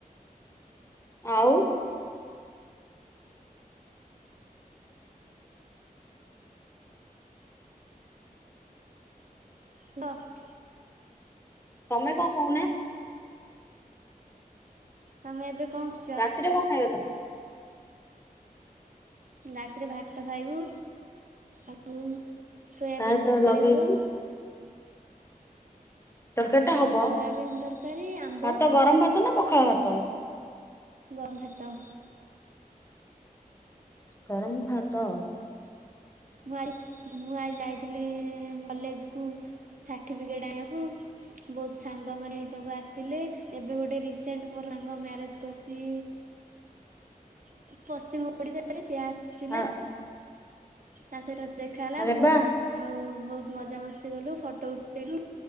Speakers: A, on the left (about 15°); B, on the right (about 60°).
A: ଆଉ
B: <unintelligible>
A: ତମେ କଣ କହୁନା?
B: ତମେ ଏବେ କଣ କର
A: ରାତିରେ କଣ ଖାଇବ ତମେ?
B: ରାତିରେ ଭାତ ଖାଇବୁ ଆଉ ସୋୟାବିନ୍
A: ତା ସହିତ
B: ତରକାରୀ
A: ଲଗେଇକି
B: ହବ
A: ତରକାରୀଟା ହବ?
B: ସୋୟାବିନ୍ ତରକାରୀ ଆମ୍ବ
A: ଭାତ ଗରମ ଭାତ ନା ପଖାଳ ଭାତ?
B: ଗମ୍ ଭାତ।
A: ଗରମ୍ ଭାତ।
B: ମୁଁ ଆଇ ମୁଁ ଆଜି ଯାଇଥିଲି ଇ ମଲେଜକୁ, ସାର୍ଟିଫିକେଟ ଆଣିଆକୁ ବହୁତ ସାଙ୍ଗମାନେ ଏ ସବୁ ଆସିଥିଲେ। ଏବେ ଗୋଟେ ରିସେଣ୍ଟ ମୋ ସାଙ୍ଗ ମ୍ୟାରେଜ କରିଛି ସିଏ ପଶ୍ଚିମ ଓଡିଶାରେ, ସିଏ ଆସିଥିଲା।
A: ଆ
B: ତା ସହିତ ଦେଖା ହେଲା
A: ଆରେ
B: ବହୁ
A: ବା
B: ଆଉ ବହୁତ ମଜାମସ୍ତି କଲୁ, ଫଟୋ ଉଠେଇଲୁ